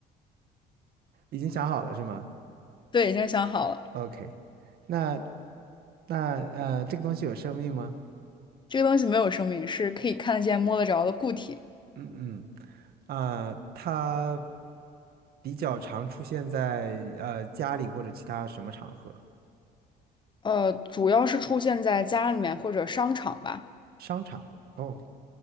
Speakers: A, on the right; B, on the left.
A: 已经想好了是吗
B: 对，已经想好了，
A: ？OK，那那呃，这个东西有生命吗？
B: 这个东西没有生命，是可以看得见、摸得着的固体。
A: 嗯嗯，呃，它比较常出现在呃家里或者其他什么场合？
B: 呃，主要是出现在家里面或者商场吧。
A: 商场。哦，